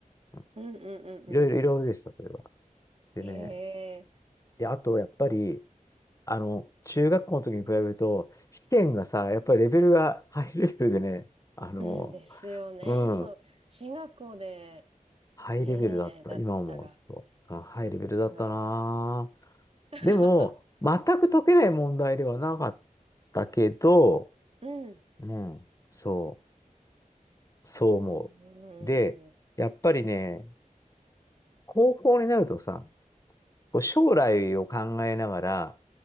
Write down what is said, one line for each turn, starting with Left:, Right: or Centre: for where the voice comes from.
Left: うん
Right: うんうんうんう
Left: いろいろいろいろでした、それは。でね、
Right: ん。へえ。
Left: で、あと、やっぱり、あの、中学校の時に比べると、試験がさ、やっぱりレベルがハイレベルでね、あの、
Right: うんですよね。
Left: うん、
Right: そう。進学校で、
Left: ハイレベルだった。
Right: ねえ、だったら、
Left: 今思うと、うんハイレベルだったな
Right: うわあ。<laughs>
Left: でも、全く解けない問題ではなかったけど、
Right: うん、
Left: うん、そう、そう思う。
Right: うん、
Left: で、
Right: うん
Left: やっぱりね、高校になるとさ、こう将来を考えながら